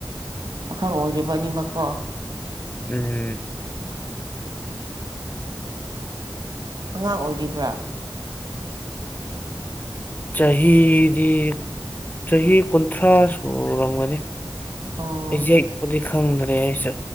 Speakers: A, on the right (about 55°); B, on the left (about 20°).
A: ꯄꯥꯈꯪ ꯑꯣꯏꯔꯤꯕ ꯑꯅꯤꯃꯛꯀꯣ
B: ꯎꯝ
A: ꯎꯝ ꯑꯉꯥꯡ ꯑꯣꯏꯔꯤꯕ꯭ꯔꯥ
B: ꯆꯍꯤꯗꯤ ꯆꯍꯤ ꯀꯨꯟꯊ꯭ꯔꯥ ꯁꯨꯔꯝꯒꯅꯤ
A: ꯑꯣ
B: ꯑꯩꯁꯦꯛꯄꯨꯗꯤ ꯈꯪꯗ꯭ꯔꯦ ꯑꯩꯁꯨ